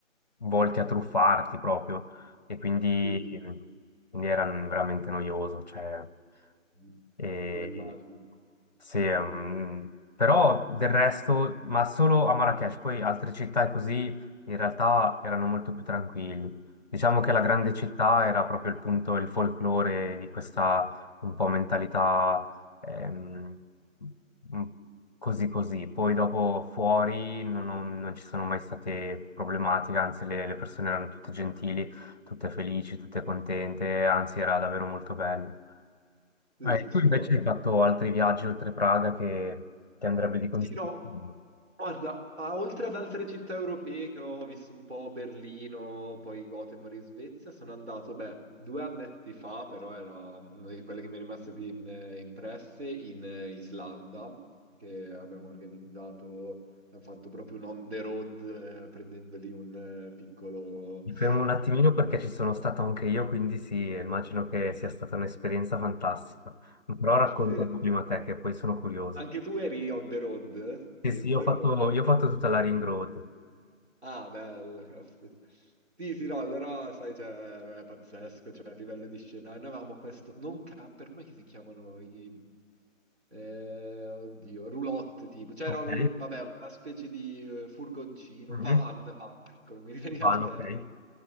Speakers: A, on the left; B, on the right.
A: volti a truffarti proprio e quindi,
B: sì,
A: quindi era veramente noioso. Cioè,
B: sì.
A: e-
B: no, immagino.
A: sì, ehm, però del resto, ma solo a Marrakech, poi altre città e così in realtà erano molto più tranquilli. Diciamo che la grande città era proprio il punto, il folklore di questa un po' mentalità ehm, mm, così così. Poi dopo fuori non, ho- non ci sono mai state problematiche, anzi le, le persone erano tutte gentili, tutte felici, tutte contente, anzi era davvero molto bello.
B: Sì,
A: Eh,
B: sì,
A: tu
B: sì,
A: invece
B: no. no.
A: hai fatto altri viaggi oltre Praga che ti andrebbe di consigliare?
B: Sì, no. Guarda, a- oltre ad altre città europee che ho visto un po' Berlino, poi Gothenburg in Svezia, sono andato, beh, due annetti fa, però era una di quelle che mi è rimasta più in- impresse, in eh, Islanda, che abbiamo organizzato, abbiamo fatto proprio un on the road, eh, prendendo lì un eh, piccolo...
A: Mi fermo un attimino
B: eh,
A: perché ci sono stato anche io, quindi sì, immagino che sia stata un'esperienza fantastica. Però raccontami
B: sì.
A: prima te, che poi sono curioso.
B: Anche tu eri on the road,
A: Sì,
B: sempre
A: sì, io ho fatto,
B: o...
A: io ho fatto tutta la Ring Road.
B: Ah, bello, caspita. Sì, sì, no, allora, sai, cioè, è pazzesco, cioè, a livello di scenario, noi avevamo questo, non camper, com'è che si chiamano i... eh, oddio, roulotte, tipo, cioè,
A: Ok?
B: no, no, no, vabbè, una specie di eh, furgoncino,
A: Mhm.
B: van, van, ecco, non mi <laughs> riveniva
A: Vanno,
B: il termine,
A: ok.